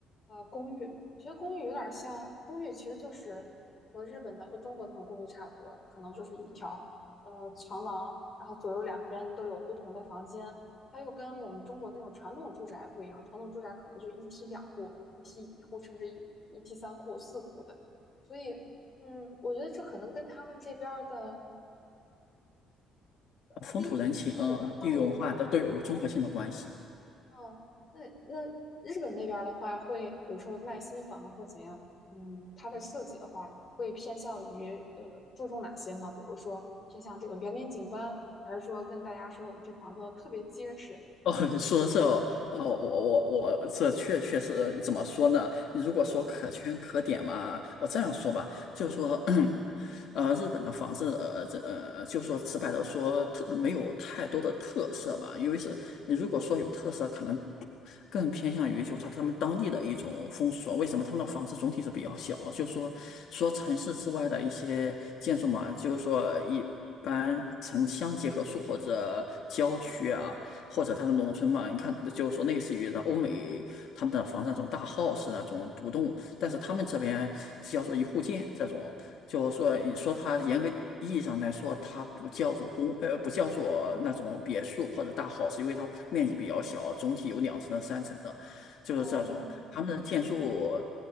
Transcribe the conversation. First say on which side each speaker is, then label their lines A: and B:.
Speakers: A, on the left; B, on the left.
A: 呃公寓。我觉得公寓有点像，公寓其实就是和日本的和中国那种公寓差不多，可能就是一条呃长廊，然后左右两边都有不同的房间。它又跟我们中国那种传统住宅不一样，传统住宅可能就一梯两户、一梯一户，甚至一一梯三户、四户的。所以，嗯，我觉得这可能跟他们这边儿的
B: 呃风土人情，
A: 历史或者文化有关。
B: 嗯，地域文化的都有个综合性的关系。
A: 啊，那那日本那边的话，会比如说卖新房或怎样，嗯，它的设计的话，会偏向于呃注重哪些呢？比如说偏向这个园林景观，还是说跟大家说我们这房子特别结实？
B: 哦，你说这哦，呃我我我这确确实怎么说呢？如果说可圈可点嘛，
A: 嗯
B: 我这样说吧，就说，
A: 嗯
B: <clears throat> 呃，日本的房子，呃，这呃，就说直白的说，特没有太多的特色吧，因为是如果说有特色，可能更偏向于就他他们当地的一种风俗啊。为什么他们的房子总体是比较小？就说说城市之外的一些建筑嘛，就是说一般城乡结合处或者郊区啊。
A: 嗯
B: 或者它的农村嘛，你看就是说类似于的欧美他们的房子那种大 house 那种独栋，但是他们这边叫做一户建这种，
A: 嗯
B: 就是说你说它严格。
A: 嗯
B: 意义上来说，它不叫做公，呃，不叫做那种别墅或者大 house，因为它面积比较小，总体有两层的、三层的。就是这种他们的建筑，
A: 嗯嗯嗯
B: 呃